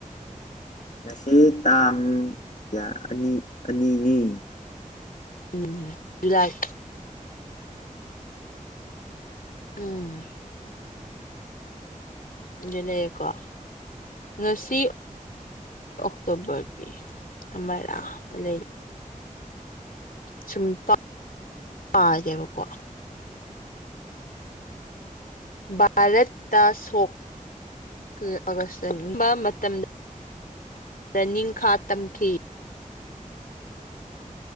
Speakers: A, on the left; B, on the left.
A: ꯉꯁꯤ ꯇꯥꯡ ꯀꯌꯥ ꯑꯅꯤ ꯑꯅꯤꯅꯤ
B: ꯎꯅꯤꯡꯉꯤꯍꯦ ꯏꯔꯥꯏ ꯎꯝ ꯑꯗꯨ ꯂꯩꯌꯦꯀꯣ ꯉꯁꯤ ꯑꯣꯛꯇꯣꯕꯔꯒꯤ ꯑꯃꯔ ꯑꯅꯤ ꯁꯨꯝꯄꯥꯛ ꯄꯥꯗꯦꯕꯀꯣ ꯚꯥꯔꯠꯇ ꯁꯣꯛ ꯑꯥꯒꯁꯠꯇ ꯔꯝꯕ ꯃꯇꯝꯗ ꯔ ꯅꯤꯡ ꯈꯥ ꯇꯝꯈꯤ